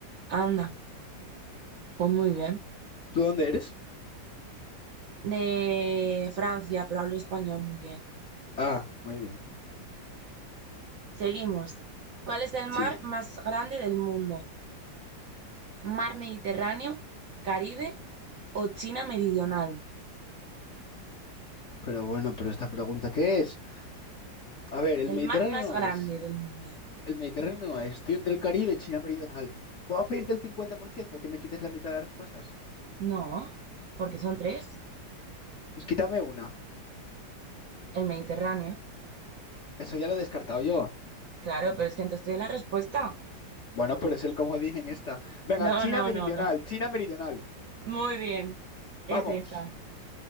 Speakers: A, on the right; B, on the left.
A: Anda, pues muy bien.
B: ¿Tú dónde eres?
A: De Francia, pero hablo español muy bien.
B: Ah, muy bien.
A: Seguimos. ¿Cuál es el mar
B: Sí.
A: más grande del mundo? ¿Mar Mediterráneo, Caribe o China Meridional?
B: Pero bueno, pero esta pregunta, ¿qué es? A ver, el
A: El
B: Mediterráneo
A: mar más
B: no
A: grande
B: es.
A: del mundo.
B: El Mediterráneo no es. Estoy entre el Caribe y China Meridional. ¿Puedo pedirte el 50% que me quites la mitad de las respuestas?
A: No, porque son tres.
B: Pues quítame una.
A: El Mediterráneo.
B: Eso ya lo he descartado yo.
A: Claro, pero es que entonces te di la respuesta.
B: Bueno, pero es el comodín en esta. Venga,
A: No,
B: China
A: no,
B: Meridional,
A: no, no.
B: China Meridional.
A: Muy bien. Es
B: Vamos.
A: esa.